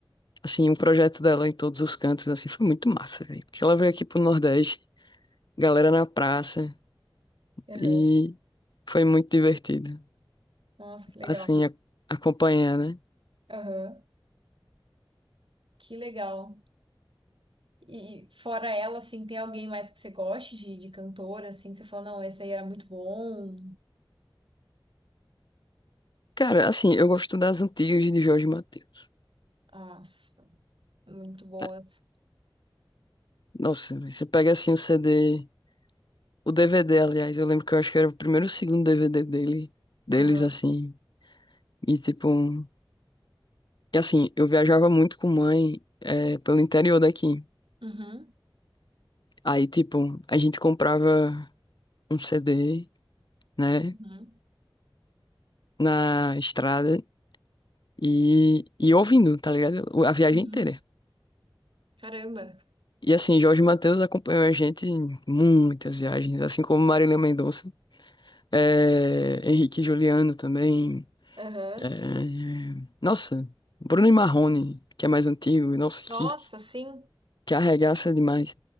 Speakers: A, on the left; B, on the right.
A: assim, o projeto dela em todos os cantos, assim, foi muito massa, velho. Porque ela veio aqui pro Nordeste, galera na praça,
B: Aham.
A: e foi muito divertido,
B: Nossa, que legal.
A: assim, a- acompanhar, né?
B: Aham. Que legal. E fora ela, assim, tem alguém mais que você goste de, de cantora, assim, que você fala, não, esse aí era muito bom.
A: Cara, assim, eu gosto das antigas de Jorge Mateus.
B: Ah, muito boas.
A: Ah, Nossa, velho, você pega, assim, o CD, o DVD, aliás, eu lembro que eu acho que era o primeiro ou segundo DVD dele, deles,
B: Aham.
A: assim, e, tipo, um E assim, eu viajava muito com mãe, eh, pelo interior daqui.
B: Uhum.
A: Aí, tipo, a gente comprava um CD, né,
B: Uhum.
A: na estrada e, e ouvindo, tá ligado? O- A viagem
B: Uhum.
A: inteira.
B: Caramba.
A: E assim, Jorge Mateus acompanhou a gente em muitas viagens, assim como Marília Mendonça, eh, Henrique e Juliano também.
B: Aham.
A: eh, nossa, Bruno e Marrone, que é mais antigo, nossa,
B: Nossa,
A: que,
B: sim.
A: que arregaça demais.